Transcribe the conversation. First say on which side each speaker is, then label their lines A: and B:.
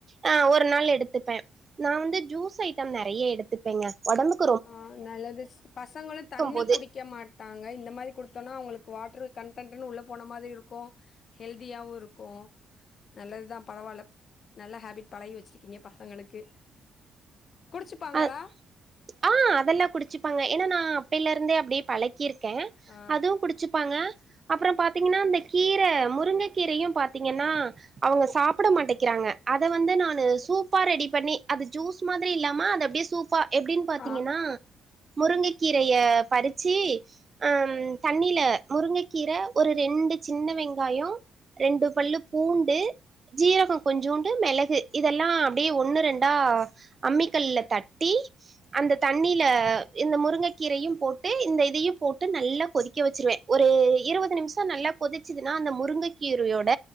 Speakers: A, on the right; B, on the left.
A: ஆ ஒரு நாள் எடுத்துப்பேன் நான் வந்து ஜூஸ் ஐட்டம் நெறைய எடுத்துப்பேங்க ஒடம்புக்
B: ஆ நல்லது சிஸ்‌ பசங்களு தண்ணி
A: போது
B: குடிக்க மாட் டாங்க இந்த மாரி கொடுத்தோனா அவங்களுக் வாட்டர் கன்ட்டன்டுனு உள்ள போன மாதிரி இருக்கும் ஹெல்தியாவும் இருக்கும் நல்லதுதா பரவால்ல நல்ல ஹேபிட் பழகி வச்சிருக்கீங்க பசங்களுக்கு குடிச்சுப்பாங்களா
A: அ ஆ அதெல்லா குடிச்சுப்பாங்க ஏனா நா அப்பேல இருந்தே அப்டியே பழக்கியிருக்கே
B: ஆ
A: அதூம் குடிச் ப்பாங்க அப்புறோ பாத்தீங்கனா அந்த கீரை முருங்கை கீரையு பாத்தீங்கனா அவுங்க சாப்புட மாட்டக்கிறாங்க அத வந்து நானு சூப்பா ரெடி பண்ணி அது ஜூஸ் மாதிரி இல்லாமா அத அப்டியே சூப்பா எப்டின்னு பாத்தீங்கனா
B: ஆ
A: முருங்க கீரைய பறிச்சிப் அம் தண்ணில முருங்கக்கீர ஒரு ரெண்டு சின்ன வெங்காயம் ரெண்டு பல்லு பூண்டு ஜீரகம் கொஞ்சூண்டு மெளகு இதெல்லாம் அப்டியே ஒண்ணு ரெண்டா அம்மிக்கல்ல தட்டி அந்த தண்ணியில இந்த முருங்கக்கீரையும் போட்டு இந்த இதையும் போட்டு நல்லா கொதிக்க வச்சிருவேன் ஒரு இருவது நிமிஷம் நல்லா கொதிச்சுதுன்னா அந்த முருங்கைக்கீரையோட